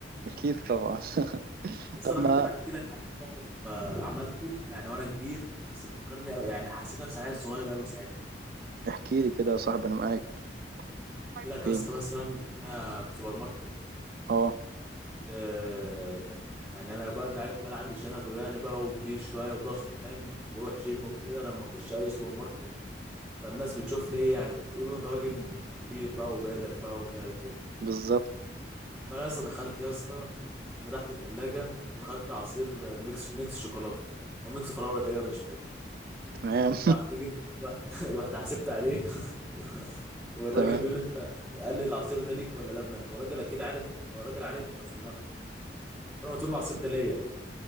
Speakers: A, on the right; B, in the centre.
A: اكيد طبعا <laughs>
B: بس
A: طب
B: انا
A: ما
B: ممكن احكي لك عن موقف آه، عملته يعني وانا كبير بس فكرني أوي يعني حسيت نفسي عيل صغير قوي ساعتها
A: احكي لي كده يا صاحبي
B: يعني
A: انا معاك
B: احكي
A: احكي
B: لك يا
A: لي
B: اسطى مثلا انا في سوبر ماركت
A: اه
B: آه، يعني انا بقى انت عارف ان انا عندي شنب وداني بقى وكبير شويه وضخم فاهم وبروح جيم وكده لما اخش اي سوبر ماركت فالناس بتشوفني ايه يعني تقولوا انت راجل كبير بقى وبالغ بقى ومش عارف ايه
A: بالظبط
B: فانا يا اسطى دخلت يا اسطى رحت فتحت التلاجه واخدت عصير آه، ميكس ميكس شوكولاته او ميكس فراوله تقريبا مش فاكر
A: تمام
B: رحت جيت رحت <laughs> رحت حسبت عليه <laughs> والراجل
A: <laughs>
B: بيقول
A: تمام
B: لي انت قال لي العصير ده ليك ولا لابنك والراجل اكيد عارف هو الراجل عارف انت سوبر ماركت فانا قلت له العصير ده ليا